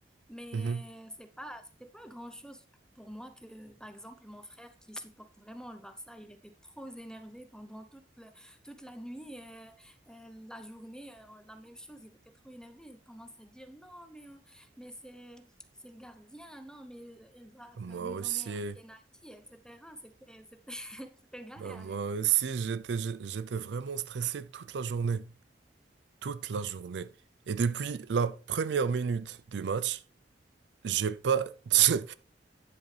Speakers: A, in the centre; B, on the right.
A: Mais
B: Mhm.
A: c'est pas c'était pas grand-chose pour moi que par exemple mon frère qui supporte vraiment le Barça, il était trop énervé pendant toute le- toute la nuit, euh, euh, la journée, euh, la même chose. Il était trop énervé. Il commence à dire non mais euh, mais c'est c'est le gardien, non, mais ils doivent
B: Moi
A: nous
B: aussi,
A: donner un penalty, etc. C'était, c'était, <laughs> c'était galère
B: bah moi
A: avec lui.
B: aussi, j'étais, j'étais vraiment stressé toute la journée, toute la journée. Et depuis la première minute du match, j'ai pas, <laughs> j'ai